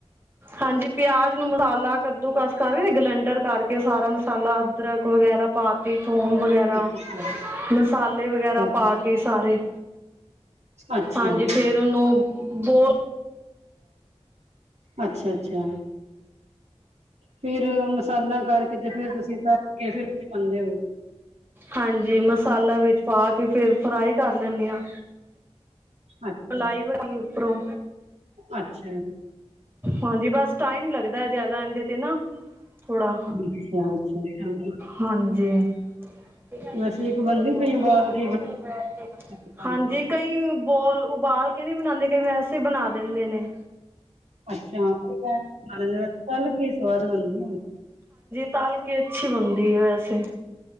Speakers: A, on the right; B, on the right.
A: ਹਾਂਜੀ, ਪਿਆਜ ਨੂੰ ਮਸਾਲਾ ਕੱਦੂ ਕਸ ਕਰਕੇ ਗਲੈਂਡਰ ਕਰਕੇ ਸਾਰਾ ਮਸਾਲਾ। ਅਦਰਕ ਵਗੈਰਾ ਪਾ ਤੀ ਥੋਮ ਵਗੈਰਾ
B: ਅੱਛਾ
A: ਮਸਾਲੇ ਵਗੈਰਾ
B: ਅੱਛਾ
A: ਪਾ ਕੇ ਸਾਰੇ।
B: ਅੱਛਾ ਅੱਛਾ।
A: ਹਾਂਜੀ, ਫੇਰ ਉਹਨੂੰ ਬੋਲ
B: ਅੱਛਾ ਅੱਛਾ, ਫੇਰ ਮਸਾਲਾ ਕਰਕੇ ਤੇ ਫਰ ਤੁਸੀਂ ਬੈਠੇ ਕੇ ਫਿਰ ਪਾਂਦੇ ਹੋਗੇ।
A: ਹਾਂਜੀ, ਮਸਾਲਾ ਵਿੱਚ ਪਾ ਕੇ ਫਿਰ ਫਰਾਈ ਕਰ ਲੈਣੇ ਆ।
B: ਅੱਛਾ
A: ਲਾਈਵ <unintelligible> ਉਪਰੋ
B: ਅੱਛਾ ਜੀ।
A: ਹਾਂਜੀ, ਬਸ ਟਾਈਮ ਲੱਗਦਾ ਜ਼ਿਆਦਾ ਇਹਦੇ ਤੇ ਨਾ ਥੋੜਾ
B: ਅੱਛਾ ਅੱਛਾ।
A: ਹਾਂਜੀ। <unintelligible>
B: ਵੈਸੇ ਇੱਕ ਬਣਦੀ ਪਈ ਉਬਾਲ ਕੇ ਚਾਂਪਾਂ
A: ਹਾਂਜੀ, ਕਈ ਬੋਲ ਉਬਾਲ ਕੇ ਨਹੀਂ ਬਣਾਂਦੇ ਕਈ ਵੈਸੇ ਬਣਾ ਦਿੰਦੇ ਨੇ।
B: ਅੱਛਾ ਕੋਈ ਗੱਲ ਨੀ ਚੱਲ ਕੀ ਸਵਾਦ ਬਣਦੀ।
A: ਤੱਲ ਕੇ ਅੱਛੀ ਬਣਦੀ ਐ ਵੈਸੇ।